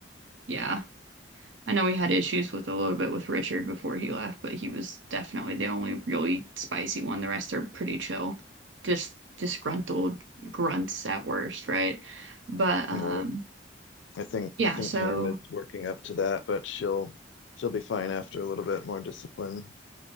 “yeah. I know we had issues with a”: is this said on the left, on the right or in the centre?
Right